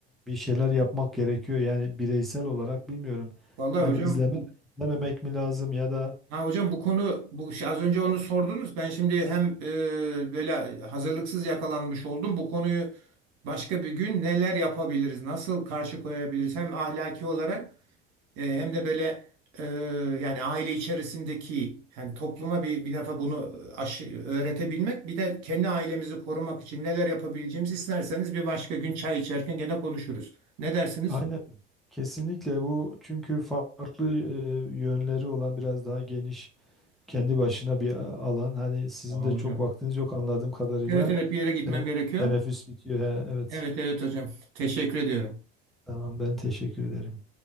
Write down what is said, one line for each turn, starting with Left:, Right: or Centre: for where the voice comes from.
Centre: bir şeyler yapmak gerekiyor. Yani bireysel olarak bilmiyorum.
Right: Vallahi
Centre: Yani
Right: hocam
Centre: izleme,
Right: bu,
Centre: izlememek mi lazım ya da
Right: ha hocam bu konu bu şey, az önce onu sordunuz. Ben şimdi hem e, böyle hazırlıksız yakalanmış oldum. Bu konuyu başka bir gün neler yapabiliriz? Nasıl karşı koyabiliriz? Hem ahlaki olarak E, hem de böyle e, yani aile içerisindeki yani topluma bir bir defa bunu aşı, öğretebilmek bir de kendi ailemizi korumak için neler yapabileceğimizi isterseniz bir başka gün çay içerken gene konuşuruz. Ne dersiniz?
Centre: aynen kesinlikle bu çünkü farklı e, yönleri olan biraz daha geniş kendi başına bir a- alan. Hani sizin
Right: Tamam
Centre: de çok
Right: hocam.
Centre: vaktiniz yok anladığım kadarıyla.
Right: Evet evet bir yere gitmem
Centre: Tene-
Right: gerekiyor.
Centre: Teneffüs bitiyor. He, evet.
Right: Evet evet hocam. Teşekkür ediyorum.
Centre: Tamam ben teşekkür ederim.